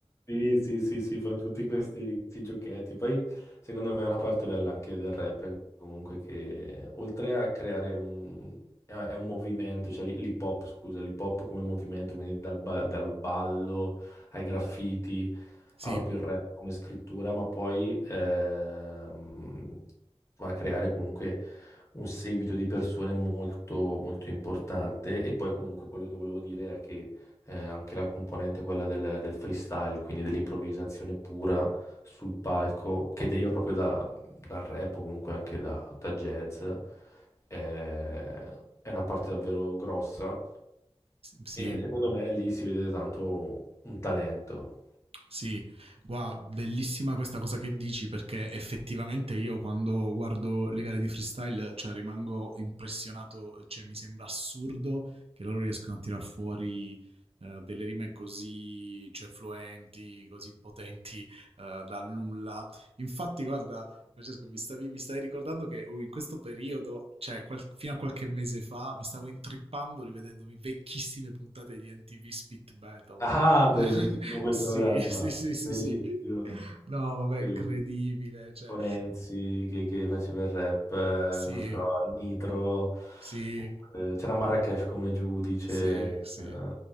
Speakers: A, on the left (about 25°); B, on the right (about 65°).
A: Sì, sì, sì, sì, fa tutti questi, questi giochetti. Poi, secondo me, è una parte bella anche del rap, comunque, che oltre a creare un... è è un movimento, cioè l'hi- l'hip hop, scusa, l'hip hop come movimento, quindi dal, ba- dal ballo ai graffiti,
B: <laughs>
A: ha
B: sì,
A: proprio il rap come scrittura, ma poi ehm, va a creare comunque un seguito di persone molto, molto importante. E poi comunque quello che volevo dire è che eh, anche la componente quella del, del freestyle, quindi dell'improvvisazione pura sul palco, che deriva proprio da- dal rap o comunque anche da, da jazz, eh, è una parte davvero grossa
B: sì,
A: e secondo me lì si vede tanto un talento.
B: Sì, wow, bellissima questa cosa che dici perché effettivamente io quando guardo le gare di freestyle cioè, rimango impressionato, cioè, mi sembra assurdo che loro riescano a tirar fuori eh, delle rime così cioè, fluenti, così potenti eh, da nulla. Infatti, guarda, Francesco, mi stavi, mi stavi ricordando che uh, in questo periodo, cioè qual- fino a qualche mese fa, mi stavo intrippando rivedendomi vecchissime puntate di NTV Spit Battle
A: Ah,
B: <laughs>
A: bellissimo quel
B: Sì,
A: programma,
B: sì, sì, sì,
A: bellissimo,
B: sì. No, vabbè,
A: bellissimo.
B: incredibile, cioè,
A: con Enzi che, che faceva il rap, eh,
B: sì,
A: non so, Nitro,
B: sì,
A: comunque, c'era Marracash come giudice,
B: sì, sì.
A: eh,